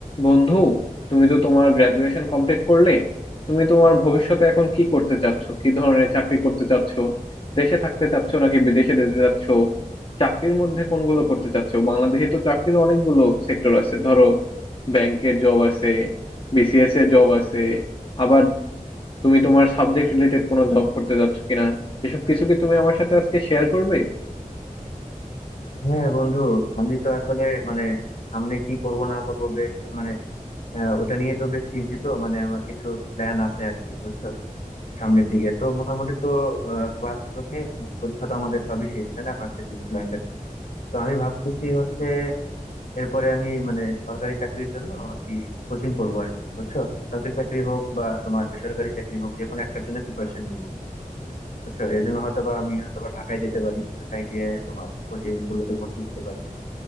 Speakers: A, on the left; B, on the left.
A: বন্ধু তুমি তো তোমার গ্রাজুয়েশন কমপ্লিট করলে তুমি তোমার ভবিষ্যতে এখন কি করতে চাচ্ছ কি ধরনের চাকরি করতে চাচ্ছ দেশে থাকতে চাচ্ছ নাকি বিদেশে যেতে চাচ্ছ চাকরির মধ্যে কোনগুলো করতে চাচ্ছ বাংলাদেশে তো চাকরির অনেকগুলো সেক্টর আছে ধরো ব্যাংকের জব আছে বিসিএস এর জব আছে আবার তুমি তোমার সাবজেক্ট রিলেটেড কোনো জব করতে চাচ্ছ কিনা এসব কিছু কি তুমি আমার সাথে আজকে শেয়ার করবে
B: হ্যাঁ বন্ধু আমি তো আসলে মানে সামনে কি করব না করব বেশ মানে আহ, ওটা নিয়ে তো বেশ চিন্তিত মানে আমার কিছু প্ল্যান আছে আর কি বুঝছো সামনের দিকে তো মোটামুটি তো ক্লাস তো শেষ class পরীক্ষা তো আমাদের সবই শেষ তাই না ভার্সিটি লাইফের তো আমি ভাবতেছি হচ্ছে এরপরে আমি মানে সরকারি চাকরির জন্য আর কি কোচিং করবো আর কি বুঝছো সরকারি চাকরি হোক বা তোমার বেসরকারি চাকরি হোক যে কোনো একটার জন্য প্রিপারেশন নিবো বুঝছো এর জন্য হয়তো বা আমি হয়তো বা ঢাকায় যেতে পারি ঢাকায় গিয়ে তোমার কোচিং গুলোতে ভর্তি হতে পারি